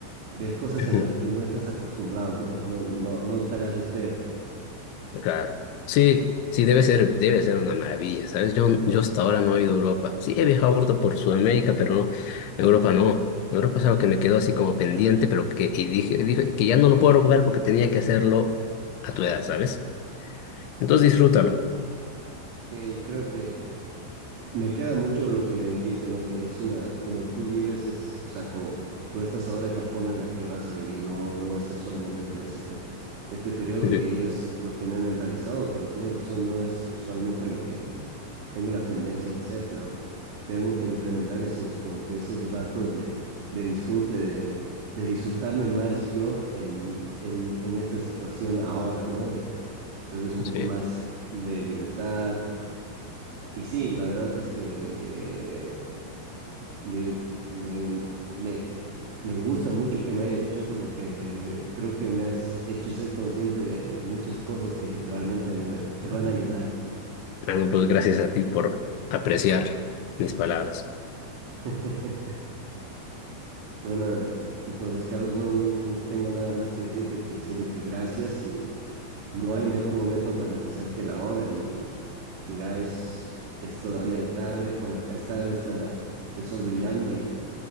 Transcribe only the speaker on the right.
ves cosas
en las que no estás acostumbrado, ¿no? No, no, no te las esperas.
Sí, creo que me queda mucho lo que me dijiste, ¿no? Que es una, como tú vives, es, o sea, como tú estás ahora es la forma en la que vas a vivir, no, no va a ser solamente tal vez este, este periodo
que yo es lo que me he mentalizado, pero tienes razón, no es usualmente lo que tengo la tendencia de hacer, pero tengo que implementar esos, como que esos ratos de, de disfrute, de, de disfrutarme más yo en, en, en esta situación ahora, ¿no? De tal vez un poco
más de libertad, y sí, la verdad es que me, me, me, me gusta mucho que me hayas dicho eso porque creo que me has hecho ser consciente de, de muchas cosas que realmente me, me van a ayudar.
<laughs> Bueno, entonces, Carlos, no, no, no tengo nada más que decirte que en serio que gracias y no hay mejor momento para empezar que la hora y mira, es, es todavía de tarde, bueno, acá es tarde, está el sol brillando y